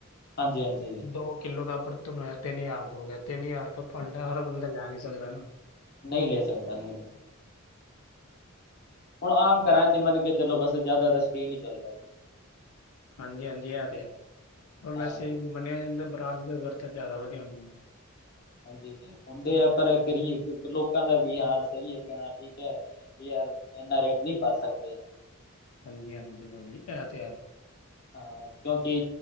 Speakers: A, on the left; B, on the left.
A: ਹਾਂਜੀ ਹਾਂਜੀ,
B: ਦੋ ਕਿੱਲੋ ਦਾ ਪ੍ਰ ਤੋਨਯਾ ਤਿੰਨ ਯਾਰ ਤੋਂ ਹੋ ਗਿਆ ਤਿੰਨ ਯਾਰ ਤਾਂ ਭਾਂਡਾ ਹਰ ਬੰਦਾ ਲੈ ਨੀ ਸਕਦਾ ਨਾ।
A: ਨਹੀਂ ਲੈ ਸਕਦਾ ਨਹੀਂ ਲੈ ਹੁਣ ਆਮ ਘਰਾਂ ਚ ਮੰਨ ਕੇ ਚਲੋ ਬਸ ਜ਼ਿਆਦਾ ਤਾਂ ਸਟੀਲ ਈ ਚੱਲਦਾ।
B: ਹਾਂਜੀ-ਹਾਂਜੀ, ਐ, ਤੇ ਹੈ, ਪਰ
A: ਹਾਂ
B: ਵੈਸੇ ਮੰਨਿਆ ਜਾਂਦਾ ਬਰਾਸ ਦਾ ਬਰਤਨ ਜ਼ਿਆਦਾ ਵਧੀਆ ਹੁੰਦੇ ਨੇ।
A: ਹਾਂਜੀ। ਹੁੰਦੇ ਯਾ, ਪਰ ਕਰੀਏ ਕੀ ਲੋਕਾਂ ਦਾ ਵੀਹਾਰ ਸਹੀ ਏ, ਕਹਣਾ ਠੀਕ ਐ। ਵੀ ਯਾਰ, ਇੰਨਾ ਰੇਟ ਨਹੀਂ ਭਰ ਸਕਦੇ।
B: ਹਾਂਜੀ-ਹਾਂਜੀ, ਬੌਬੀ ਐਤੇ ਹੈ।
A: ਹਾਂ, ਕਿਉਂਕਿ